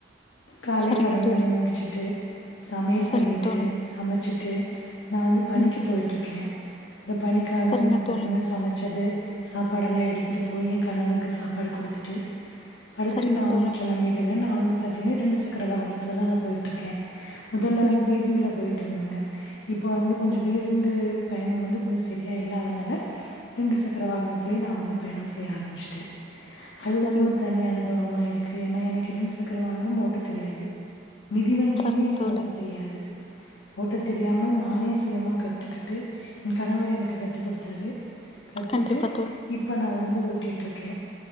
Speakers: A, on the left; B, on the left.
A: காலை
B: சரிங்க
A: கடன்களை
B: தோழி
A: முடிச்சுட்டு சமையல்
B: சரிங்க
A: பண்ணிட்டு
B: தோழி
A: சமைச்சிட்டு நா வந்து பணிக்கு
B: ம்
A: போயிட்டுருக்கே அந்த பணிக்காக
B: சரிங்க
A: வந்து பாத்தீங்கன்னா
B: தோழி
A: சமச் ச்சது சாப்பாடெல்லா எடுத்துட்டு போயி என் கணவருக்கு சாப்பாடு குடுத்துடு அடுத்து
B: சரிங்க
A: நா
B: தோழி
A: வந்து கெளம்பிடுவே நா வந்து பாத்தீங்கன்னா இரண்டு சக்கர வாகனத்துலதா நா போயிட்டு இருக்கே முதல்ல வந்து
B: ம்
A: பேருந்துல போயிட் ருந்தங்க இப்போ வந்து கொஞ்சோ பேருந்து பயணம் வந்து கொஞ்சோ செரியா இல்லாதனால இரண்டு சக்கர வாகனத்திலயும் நா வந்து பயணம் செய்ய ஆரம்பிச்சிட்டே அது
B: சரிங்க
A: வந்து ஒரு தனியனுப் பவமா இருக்கு ஏன்னா எனக்கு இரண்டு சக்கர வங்கனம் ஓட்ட தெரியாது மிதிவண்டியுமே
B: சரிங்க
A: எனக்கு
B: தோழி
A: ஓட்ட தெரியாது ஓட்ட தெரியாமல் நானே சுயமா கத்துக்கிட்டு என் கணவர் எனக்கு கத்துக் கொடுத் தாரு கத்துட்டு
B: கண்டிப்பா தோழி
A: இப்போ நான் வந்து ஓடிட்ருக்கே